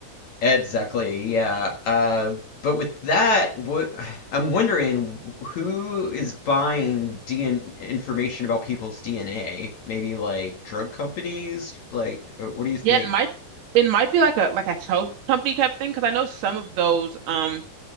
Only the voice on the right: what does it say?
Yeah, it might it might be like a like a health company type thing because I know some of those um